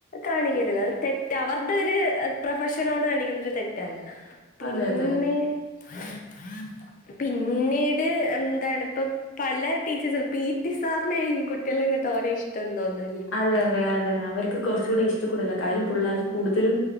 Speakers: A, on the left; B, on the left.
A: കാണിക്കരുത് അത് തെറ്റ് അവർടെ ഒര് പ്രൊഫഷനോട് കാണിക്കുന്ന ഒരു തെറ്റാണ് പിന്നെ
B: അതെ അതെ
A: <unintelligible> പിന്നീട് എന്താണ്ഇപ്പം പല ടീച്ചേഴ്സിനും പി ടി സാറിനെ ഇ കുട്ടിളൊക്കെ തോനഇഷ്ടംതോന്ന്
B: അതെ അതെ അതെ അവർക്ക് കുറച്ചൂടെ ഇഷ്ടംകൂടല കാര്യം പുള്ളേര് കൂടുതലും